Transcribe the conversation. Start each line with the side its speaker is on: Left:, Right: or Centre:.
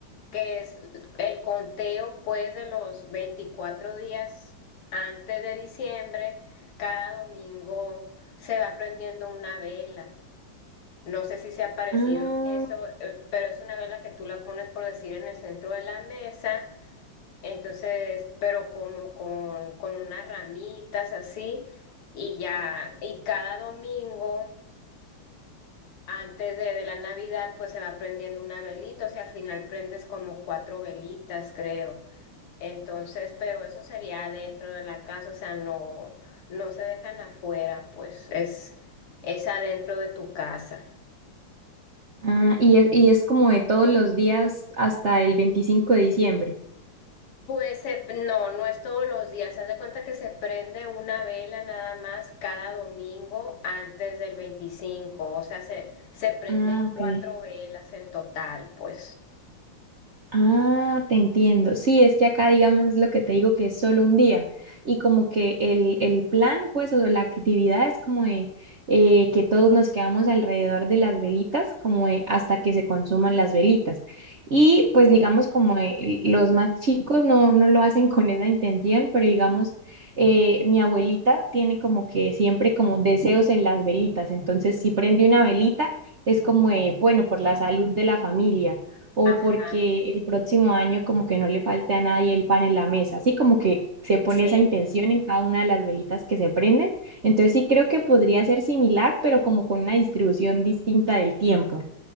Left: Que es el conteo, pues, de los 24 días antes de diciembre, cada domingo se va prendiendo una vela. No sé si se ha parecido
Right: Ah,
Left: a eso, eh, pero es una vela que tú la pones, por decir, en el centro de la mesa, entonces, pero como con, con unas ramitas así, y ya, y cada domingo, antes de, de la Navidad, pues se va prendiendo una velita, o sea, al final prendes como cuatro velitas, creo. Entonces, pero eso sería dentro de la casa, o sea, no, no se dejan afuera, pues es, es adentro de tu casa.
Right: ah, y es, y es como de todos los días hasta el 25 de diciembre.
Left: Pues se- no, no es todos los días. Se hace cuenta que se prende una vela nada más cada domingo antes del 25. O sea, se, se prenden
Right: Ah, ok.
Left: cuatro velas en total, pues.
Right: Ah, te entiendo. Sí, es que acá, digamos, es lo que te digo, que es solo un día. Y como que el, el plan, pues, o la actividad es como de eh, que todos nos quedamos alrededor de las velitas, como de hasta que se consuman las velitas. Y pues,
Left: Sí.
Right: digamos, como de eh, los más chicos no, no lo hacen <laughs> con esa intención, pero digamos, eh, mi abuelita tiene como que siempre como deseos en las velitas. Entonces, si prende una velita, es como de, bueno, por la salud de la familia o
Left: Ajá,
Right: porque el próximo año como que no le falte a nadie el pan en la mesa, así como que se pone
Left: sí.
Right: esa intención en cada una de las velitas que se prenden. Entonces sí creo que podría ser similar, pero como con una distribución distinta del tiempo.